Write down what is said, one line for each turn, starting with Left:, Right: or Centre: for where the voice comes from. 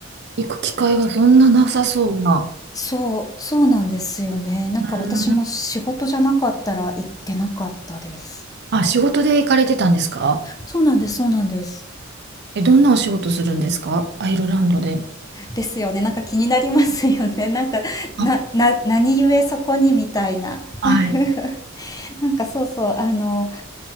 Right: 行く機会がそんななさそうな。
Left: そう、そうなんですよね。なんか私も仕事じゃなかったら行ってなかったです。
Right: うん。あ、仕事で行かれてたんですか
Left: そうなんです、そうなんです。
Right: え、どんなお仕事するんですかアイルランドで。
Left: ですよね。なんか気になりますよね。なんか、
Right: あ、
Left: な、な、何故そこにみたいな。
Right: はい。
Left: <laughs> なんかそうそう、あの、